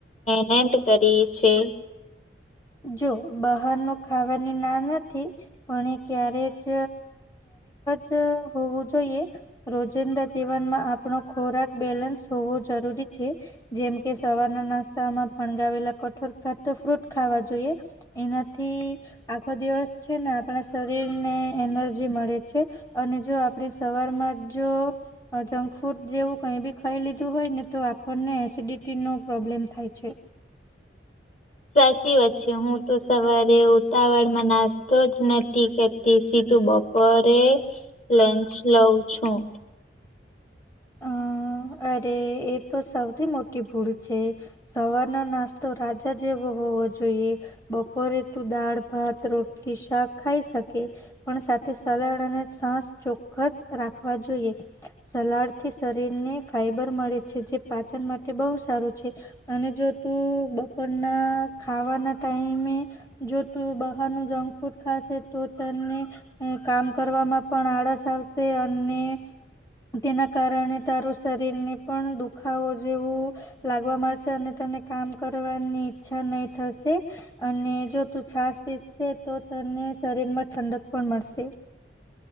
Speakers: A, on the left (about 40°); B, on the left (about 20°).
A: મેનન્ટ કરી છે
B: જો બહારનું ખાવાની ના નથી પણ ક્યારે જ જ હોું જોઈએ રોજિંદા જીવનમાં આપણો ખોરાક બેલેન્સ હોવો જરૂરી છે જેમકે સવારના નાસ્તામાં ફણગાવેલા કઠોર ખા ફ્રૂટ ખાવા જોએ જોએ એનાથી આખો દિવસ છે ને આપણા શરીર ને એનર્જી મળે છે અને જો આપણે સવાર માં જો જંક ફૂડ જેવું કઈ બી ખાઈ લીધું હોય ને તો આપણને એસિડિટી નો પ્રોબ્લેમ થાય છે
A: <inaudible> સાચી વાત છે હું તો સવારે ઉતાવળ માં નાસ્તો જ નથી કરતી સીધું બપરે લેન્સ લઉ છું <inaudible>
B: અ અરે એ તો સૌથી મોટી ભૂલ છે સવારનો નાસ્તો રાજા જે જોઈએ બપોરે તો દાળ ભાત રોટલી શાક ખાઈ શકે પણ સાથે સલાડ અને છસ ચોક્કસ રાખવા જોઈએ સલાડ થી શરીર ને ફાઈબર મળે છે જે પાચન માટે બહુ સારું છે અને જો તું બપોરના ખાવાના ટાઈમે જો તું બહારનું જંક ફૂડ ખાશે તો તને કામ કરવામાં પણ આળસ આવશે અને તેના કારણે તારું શરીરને પણ દુખાવો જેવું લાગવા માંશે અને તેને કામ કર ની ઈચ્છા નહી થશે અને જો તું છાસ પીસશે તો તને શરીર ઠંડક પણ મળશે